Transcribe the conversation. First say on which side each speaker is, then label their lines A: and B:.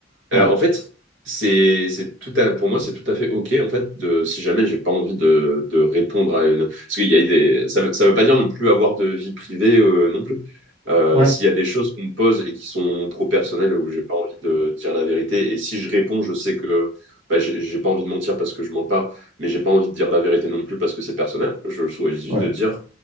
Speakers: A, on the right; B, on the right.
A: Ouais,
B: Euh, en fait, c'est c'est tout à, pour moi, c'est tout à fait OK, en fait, de, si jamais j'ai pas envie de, de répondre à une... Parce qu'il y a des... Ça, veut- ça veut pas dire ne plus avoir de vie privée euh, non plus. Euh,
A: ouais,
B: s'il y a des choses qu'on me pose et qui sont trop personnelles où j'ai pas envie de dire la vérité, et si je réponds, je sais que bah, j'ai j'ai pas envie de mentir parce que je mens pas, mais j'ai pas envie de dire la vérité non plus parce que c'est personnel, je choisis juste
A: ouais,
B: de dire...